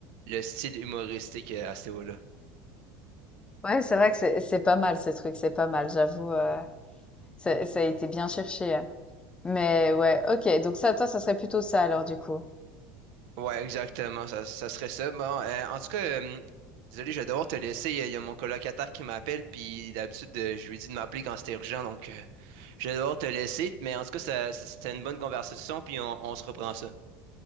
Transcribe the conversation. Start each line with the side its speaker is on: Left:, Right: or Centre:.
Right: le style humoristique euh, à ce niveau-là.
Left: Ouais, c'est vrai que c'est c'est pas mal ce truc, c'est pas mal, j'avoue, heu, ça ça a été bien cherché, hein. Mais ouais, OK, donc ça, toi, ça serait plutôt ça alors du coup.
Right: Ouais, exactement, ça, ça serait ça. Bon, euh, en tout cas, euh, désolé, je vais devoir te laisser. Il y a il y a mon colocataire qui m'appelle, puis d'habitude, euh, je lui dis de m'appeler quand c'est urgent, donc euh, je vais devoir te laisser. Mais en tout cas, ça, ça- c'était une bonne conversation, puis on on se reprend ça.